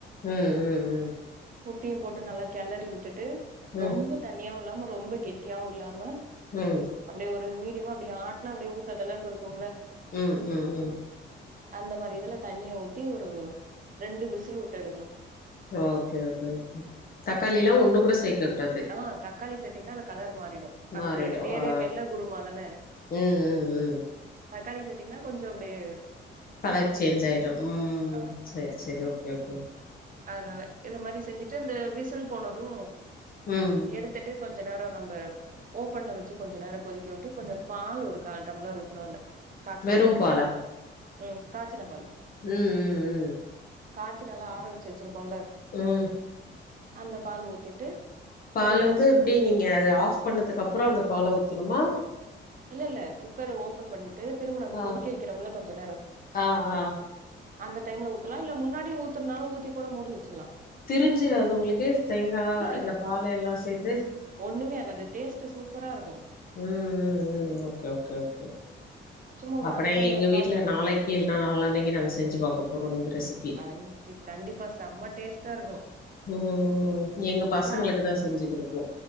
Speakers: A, on the left; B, on the right.
A: உம் உம் உம்
B: உப்பயும் போட்டு நல்லா கேலரி விட்டுட்டு
A: ம்
B: ரொம்ப தண்ணியாவும் இல்லாம ரொம்ப கெட்டியாவும் இல்லாம
A: உம்
B: அப்டி ஒரு மீடியமா அப்டி ஆட்னா அப்டியே ஊத்த தளவுக்கு இருக்கும்ல
A: உம் உம் உம்
B: அந்த மாரி இதுல தண்ணிய ஊத்தி ஒரு ரெண்டு விசில் விட்டு எடுக்கணூ
A: ஓகேஓகேஓகே தக்காளி எல்லா
B: விட்டு
A: ஒன்னு கூட சேக்க கூடாது
B: ஆ தக்காளி சேத்தீங்கன்னா அந்த கலர் மாறிடூ அந்த
A: மாறிடு
B: அ பேரே
A: ஆ
B: வெள்ள குருமா தான
A: ம் ம் ம்
B: தக்காளி சேத்தீங்கன்னா கொஞ்சம் அப்டியா
A: கலர் சேஞ்ச் ஆயிடும் உம்
B: ஆ
A: சரி சரி ஓகே ஓகே
B: அதனால இத மாரி செஞ்சுட்டு இந்த விசில் போனதூ
A: உம்
B: எடுத்துட்டு கொஞ்ச நேரோ நம்ப ஓப்பன்ல வச்சு கொஞ்ச நேரோ கொதிக்க விட்டு கொஞ்சம் பால் ஒரு கால் டம்ளர் ஊதாணும்ல காச்சின
A: வெறும்
B: பால்
A: பாலா
B: உம் காச்சின பால்
A: உம் உம் உம்
B: காச்சி நல்லா ஆர வச்சு வச்சிருப்போல
A: உம்
B: அந்த பால் ஊத்திட்டு
A: பால்
B: கெளறி
A: வந்து
B: விட்டுட்டு
A: எப்படி நீங்க அதை ஆஃப் பண்ணதுக்கு அப்புறோ அந்த பால் ஊத்தணுமா
B: இல்ல இல்ல குக்கரை ஓபன் பண்ணிட்டு திரும்ப நம்ம
A: ஆ
B: கொதிக்க வைக்கிறம்ல கொஞ்சோ நேரம்
A: ஆ ஆ
B: அந்த டைம்ல ஊத்துலா இல்ல முன்னாடிய ஊத்தருனாலு ஊத்தி கூட முடி வச்சிடலா
A: திரிஞ்சிராது உங்களுக்கு தேங்கா இந்த
B: இல்ல
A: பால் எல்லா சேத்து
B: ஒண்ணுமே ஆக்காது டேஸ்ட்டு சூப்பரா இருக்கு
A: உம் உம் உம் ஓக்கே ஓக்கே ஓக்கே
B: சும்மா ஒரு
A: அப்புறோ
B: அர டம்ளர்
A: எங்க
B: பாலு
A: வீட்டுல நாளைக்கு கீ நாளானிக்கு நாங்க செஞ்சுபாக்க போறோ இந்தரெசிபி
B: கண்டி கண்டிப்பா செம்ம டேஸ்ட்டா இருக்கு
A: உம் உம் எங்க பசங்களுக்கு
B: லா
A: தா செஞ்சு கொடுப்போ